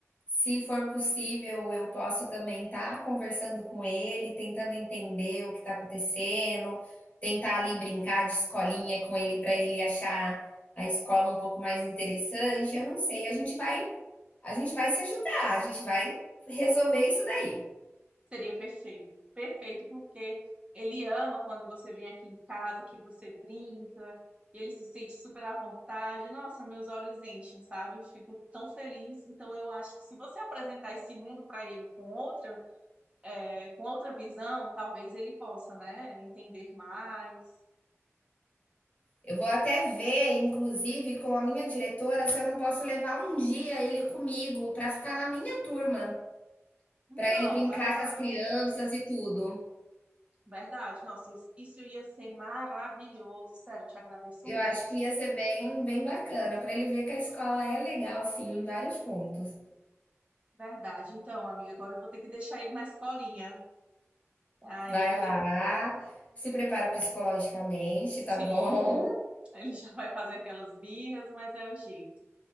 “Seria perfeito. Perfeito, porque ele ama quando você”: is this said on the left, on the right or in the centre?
Right